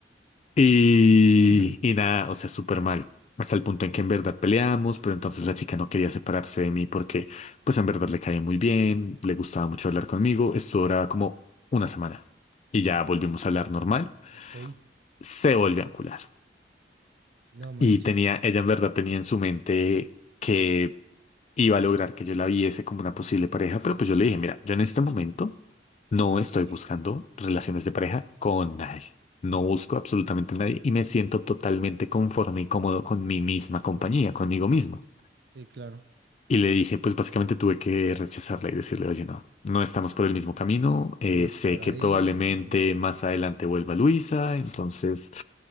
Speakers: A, on the left; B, on the right.
A: Y,
B: <laughs>
A: y nada, o sea, súper mal. Hasta el punto
B: Sí,
A: en que en verdad peleamos, pero entonces la chica no quería separarse de mí porque, pues en verdad le caía muy bien, le gustaba mucho hablar conmigo. Esto duraba como una semana. Y ya volvimos a hablar normal.
B: ok.
A: Se volvió a encular.
B: No manches.
A: Y tenía, ella en verdad tenía en su mente que iba a lograr que yo la viese como una posible pareja, pero pues yo le dije, mira, yo en este momento no
B: Ujú.
A: estoy buscando relaciones de pareja con nadie. No busco absolutamente a nadie y me siento totalmente conforme y cómodo con mi misma compañía, conmigo mismo.
B: Sí, claro.
A: Y le dije, pues básicamente tuve que rechazarla y decirle, oye, no, no estamos por el mismo camino.
B: No
A: eh,
B: es
A: sé
B: por
A: que
B: ahí.
A: probablemente
B: No.
A: más adelante vuelva Luisa, entonces